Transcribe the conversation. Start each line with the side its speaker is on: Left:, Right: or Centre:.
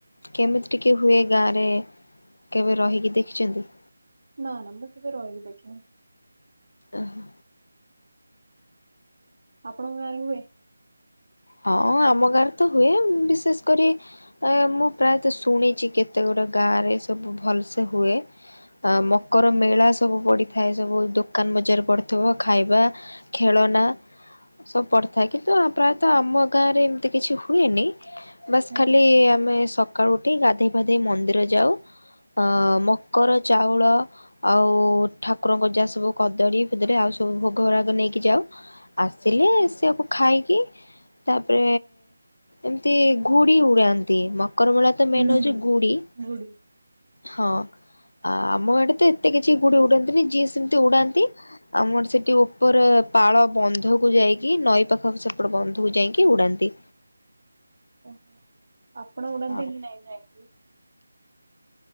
Left: କେମିତି ଟିକେ ହୁଏ ଗାଁରେ କେବେ ରହିକି ଦେଖିଛନ୍ତି?
Right: ନା, ନା ମୁଁ ନା କେବେ ରହିକି ଦେଖିନି।
Left: ଓହୋ।
Right: ଆପଣଙ୍କ ଗାଁ ରେ ହୁଏ?
Left: ହଁ, ଆମ ଗାଁରେ ତ ହୁଏ ବିଶେଷ କରି ଆ ମୁଁ ପ୍ରାୟତଃ ଶୁଣିଛି କେତେ ଗୁଡା ଗାଁ ରେ ସବୁ ଭଲସେ ହୁଏ। ଆ ମକର ମେଳା ସବୁ ପଡିଥାଏ ସବୁ ଦୋକାନ ବଜାର ପଡିଥିବ, ଖାଇବା ଖେଳନା ସବୁ ପଡିଥାଏ କିନ୍ତୁ ଆ ପ୍ରାଏ ତ ଆମ ଗାଁରେ ଏମିତି କିଛି ହୁଏନି ବାସ୍
Right: ହଁ।
Left: ଖାଲି ଆମେ ସକ ସକାଳୁ ଉଠି ଗାଧୋଇ ଫାଧେଇ ମନ୍ଦିର ଯାଉ ଅ ମକର ଚାଉଳ ଆଉ ଠାକୁରଙ୍କ ଯା ସବୁ କଦଳୀ ଭଦଳୀ ଆଉ ସବୁ ଭୋଗ ରାଗ ନେଇକି ଯାଉ। ଆସିଲେ ସେଆକୁ ଖାଇକି ତାପରେ ଏମିତି ଘୁଡି ଉଡାନ୍ତି ମକରମେଳା ତ ମେନ୍
Right: ହୁଁ
Left: ହେଉଛି,
Right: ହୁଁ
Left: ଗୁଡି
Right: ଗୁଡ଼ି।
Left: ହଁ। ଆ ଆମ ଆଡେ ତ ଏତେ କିଛି ଗୁଡି ଉଡାନ୍ତିନି ଯିଏ ସେମିତି ଉଡ଼ାନ୍ତି। ଆମର ସେଠି ଉପରେ ପାଳ ବନ୍ଧକୁ ଯାଇକି ନଈ ପାଖ ସେପଟେ ବନ୍ ନ୍ଧକୁ ଯାଇକି ଉଡ଼ନ୍ତି।
Right: ଓହୋ ଆପଣ ଉଡ଼ାନ୍ତି
Left: ହଉ।
Right: କି ନାଇ ଯାଇକି?